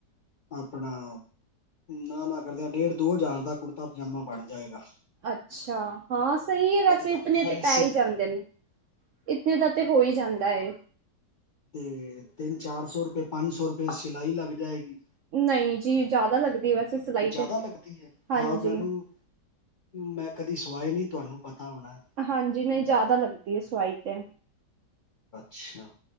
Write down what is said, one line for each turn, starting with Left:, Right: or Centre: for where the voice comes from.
Left: ਆਪਣਾ ਨਾ -ਨਾ ਕਰਦਿਆਂ ਡੇਢ -ਦੋ ਹਜ਼ਾਰ ਦਾ ਕੁੜਤਾ- ਪਜਾਮਾ ਬਣ ਜਾਏਗਾ।
Right: ਅੱਛਾ ਹਾਂ, ਸਹੀ ਹੈ ਵੈਸੇ
Left: ਵਧੀਆ
Right: ਇਤਨੇ
Left: ਫੈਂਸੀ
Right: ਤੇ ਪੈ ਹੀ! ਜਾਂਦੇ ਨੇ ਇਤਨੇ ਦਾ, ਤੇ ਹੋ, ਹੀ ਜਾਂਦਾ ਏ
Left: ਤੇ ਤਿੰਨ -ਚਾਰ ਸੌ ਰੁਪਏ, ਪੰਜ ਸੌ ਰੁਪਏ, ਸਿਲਾਈ ਲੱਗ ਜਾਏਗੀ।
Right: ਨਹੀਂ ਜੀ, ਜ਼ਿਆਦਾ ਲੱਗਦੀ ਵੈਸੇ ਸਿਲਾਈ
Left: ਜ਼ਿਆਦਾ
Right: ਤੇ
Left: ਲੱਗਦੀ ਏ,
Right: ਹਾਂਜੀ
Left: ਹਾਂ ਮੈਨੂੰ ਮੈਂ ਕਦੀ ਸਵਾਏ ਨਹੀਂ! ਤੁਹਾਨੂੰ ਪਤਾ ਹੋਣਾ
Right: ਹਾਂਜੀ, ਨਹੀਂ ਜ਼ਿਆਦਾ ਲੱਗਦੀ ਏ, ਸਵਾਈ ਤੇ
Left: ਅੱਛਾ।